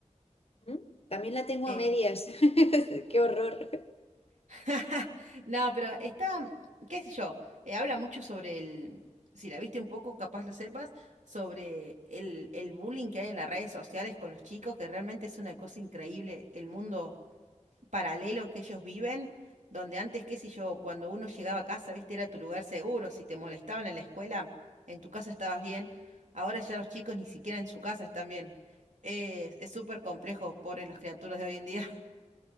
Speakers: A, on the left; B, on the right.
A: ¿Mm? También la tengo
B: eh,
A: a medias. <laughs> Qué horror.
B: <laughs> No, pero está, qué sé yo, eh, habla mucho sobre el, si la viste un poco, capaz lo sepas, sobre el, el bullying que hay en las redes sociales con los chicos, que realmente es una cosa increíble el mundo paralelo que ellos viven, donde antes, qué sé yo, cuando uno llegaba a casa, viste, era tu lugar seguro, si te molestaban en la escuela, en tu casa estabas bien, ahora ya los chicos ni siquiera en su casa están bien. Es es súper complejo, pobre las criaturas de hoy en día.